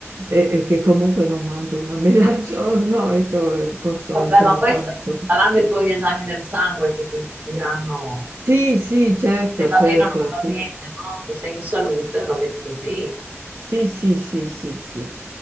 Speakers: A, on the right; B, on the right.
A: e, e che comunque non mangio una mela al giorno, ecco, posso
B: Vabbè,
A: anche
B: ma
A: non
B: poi
A: farmi...
B: sa-
A: troppi-
B: saranno i tuoi esami del sangue che ti diranno
A: Sì, sì, certo,
B: se va
A: certo,
B: bene o non
A: sì.
B: va bene, no? Se sei in salute va bene così.
A: Sì, sì, sì, sì, sì.